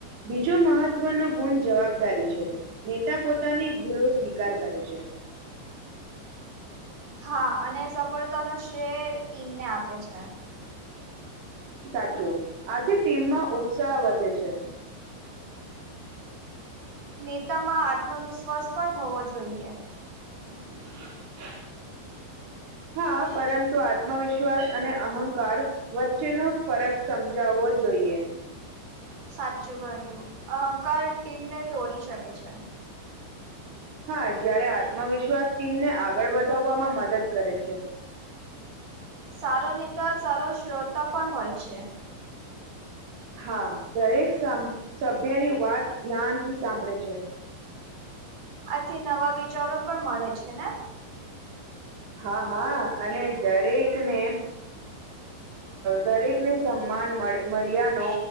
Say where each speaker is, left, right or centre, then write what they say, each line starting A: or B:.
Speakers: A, on the right; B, on the right.
A: બીજો મહત્વનો ગુણ જવાબદારી છે. નેતા પોતાની ભૂલો સ્વીકાર કરે છે.
B: હા અને સફળતાનો શ્રેય ટીમને આપે છે.
A: સાચું આથી ટીમમાં ઉત્સાહ વધે છે.
B: નેતા માં આત્મવિશ્વાસ પણ હોવો જોઈએ.
A: હમ.
B: <inaudible>
A: હા પરંતુ આત્મવિશ્વાસ અને અહંકાર વચ્ચેનો ફરક સમજાવવો જોઈએ.
B: સાચું કહ્યું અહંકાર ટીમને તોડી શકે છે.
A: હા જયારે આત્મવિશ્વાસ ટીમને આગળ વધાવવામાં મદદ કરે છે.
B: સારો નેતા સારો શ્રોતા પણ હોય છે.
A: હા દરેક સભ્યની વાત ધ્યાનથી સાંભળે છે.
B: આથી નવા વિચારો પણ મળે છે ને
A: હા હા અને દરેકને દરેકને સન્માન મળ્યાનો